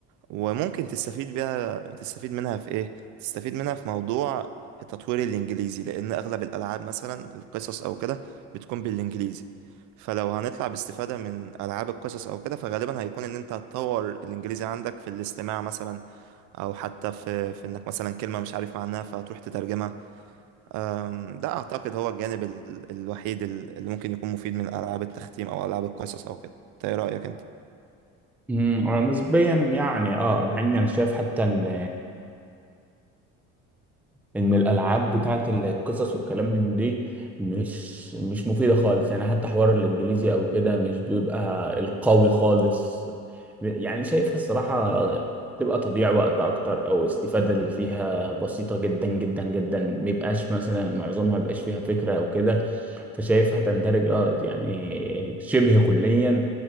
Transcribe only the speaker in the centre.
امم أنا نسبيا يعني اه مع اني انا شايف حتى ان ان الالعاب بتاعت القصص والكلام من دي مش مش مفيده خالص يعني حتى حوار الانجليزي او كده مش بيبقى القوي خالص يعني شايفها الصراحه تبقى تضييع وقت اكتر او استفاده اللي فيها بسيطه جدا جدا جدا ميبقاش مثلا معظمها ميبقاش فيها فكره او كده فشايفها تندرج اه يعني شبه كليا